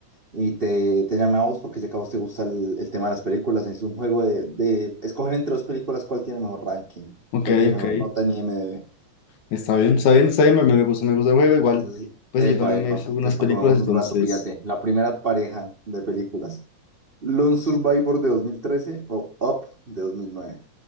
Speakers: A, on the right; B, on the left.
A: y te, te llamé a vos porque sé que a vos te gusta el, el tema de las películas. Es un juego de, de escoger entre dos películas cuál tiene mejor ranking,
B: ok,
A: cuál tiene mejor
B: ok.
A: nota en IMDb.
B: Está bien, está bien, está bien. Me, me gusta, me gusta el juego. Igual,
A: Entonces,
B: pues
A: epa,
B: yo también
A: epa.
B: me he visto algunas
A: Entonces, para
B: películas,
A: que veamos
B: entonces.
A: un rato, píllate. La primera pareja de películas. Lone Survivor de 2013 o Up de 2009.